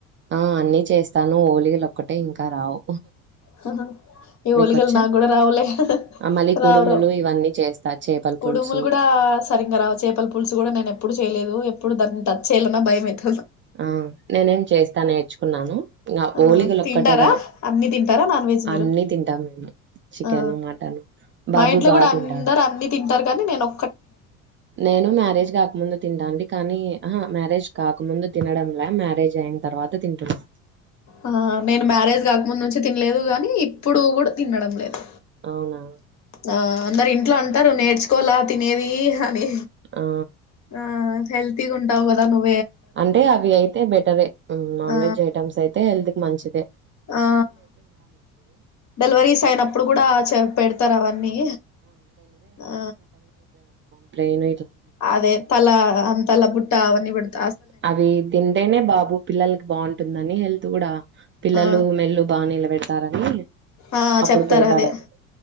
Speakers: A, on the right; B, on the left.
A: ఆ అన్ని చేస్తాను ఓలిగలు ఒక్కటే ఇంకా రావు
B: హా హా ఈ
A: మీకొచ్చా
B: ఓలిగలు నాకు కూడా రావులే
A: ఆ మళ్ళీ కుడుములు
B: రావు రావు
A: ఇవన్నీ చేస్తా చేపల
B: కుడుములు
A: పులుసు
B: గుడా సరిగా రావు చేపల పులుసు కూడా నేను ఎప్పుడు చేయలేదు ఇప్పుడు దాన్ని టచ్ చేయాలన్నా భయంమైతుంద్
A: ఆ నేనేం చేస్తా నేర్చుకున్నాను ఇంకా
B: ఆ
A: ఓలిగలు
B: తింటారా
A: ఒక్కటే రావు
B: అన్ని తింటారా నాన్ వెజ్ మీరు
A: అన్ని తింటాం చికెను
B: ఆ
A: మటను
B: మా
A: బాబు
B: ఇంట్లో
A: బాగ్
B: కూడా
A: తింటాడు
B: అందరు అన్ని తింటారు కానీ నేనో
A: నేను మ్యారేజ్ కాకముందు తింటంటి కానీ అహా మ్యారేజ్ కాకముందు తినడం లే మ్యారేజ్ అయిన తర్వాత తింటున్నా
B: ఆ నేను మ్యారేజ్ కాకముందు నుంచి తినలేదు గానీ ఇప్పుడు గుడా తినడం లేదు
A: అవునా
B: ఆ అందరు ఇంట్లో అంటారు నేర్చుకోవాల తినేది అని.
A: ఆ
B: ఆ హెల్తి గుంటావ్ కదా నువ్వు
A: అంటే అవి అయితే బెటర నాన్
B: ఆ
A: వెజ్ ఐటమ్స్, అయితే హెల్త్ మంచిదె
B: ఆ డెలివరీస్ అయినప్పుడు కూడా పెడతారు. అవన్నీ ఆ
A: ప్లైన్
B: అదే తల అంతల బుట్ట తవన్న పడుంది.
A: అవి తింటేనే బాబు పిల్లలకి బాగుంటుందని, తకుడ పిల్లలు
B: ఆ
A: మెల్లు బాగా నిలబెడతారని
B: ఆ
A: అప్పుడు
B: చెప్తార
A: పెడతారని
B: అదే